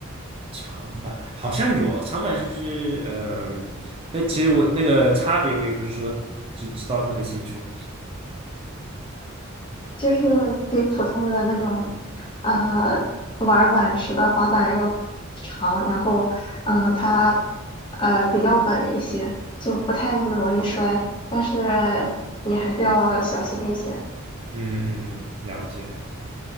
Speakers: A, on the right; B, on the left.
A: 长板好像有长板，就是嗯，那、其实我那个差别我也不是说就知道特别清楚。
B: 就是比普通的那种呃玩板池的滑板要长，然后嗯、呃它呃比较稳一些，就不太那么容易摔，但是你还是要小心一些。
A: 嗯嗯嗯，了解了解，